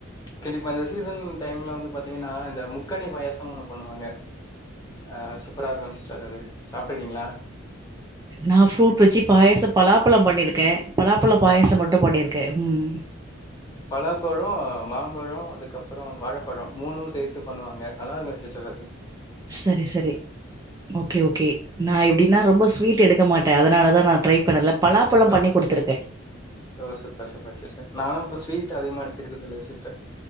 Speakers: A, on the left; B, on the right.
A: கண்டிப்பா இந்த சீசன் டைம்ல வந்து பாத்தீங்கன்னா இந்த முக்கனி பாயசம்னு ஒண்ணு பண்ணுவாங்க அ சூப்பரா இருக்கு சிஸ்டர் அது சாப்ட்ருக்கீங்களா
B: நா ஃப்ரூட் வெச்சு பாயசம் பலாப்பழம் பண்ணிருக்கே பலாப்பழப் பாயசம்
A: அ
B: மட்டும் பண்ணிருக்கே ம்
A: பழாப்பழோ மாம்பழோ அதுக்கப்பறம் வாழைப்பழோ மூணும் சேத்து பண்ணுவாங்க நல்லா இருக்கு சிஸ்டர் அது த
B: சரி சரி ஓகே ஓகே நா எப்டின்னா ரொம்ப ஸ்வீட் எடுக்க மாட்டே அதனால தா நா ட்ரை பண்ல பலாப்பழம்
A: ஓ
B: பண்ணி குடுத்துருக்கே
A: ஓகே. ஓ சூப்பர் சூப்பர் சிஸ்டர் நால்லா இப்ப ஸ்வீட் அதிகமா எடுத்துக்கிறதில்ல சிஸ்டர்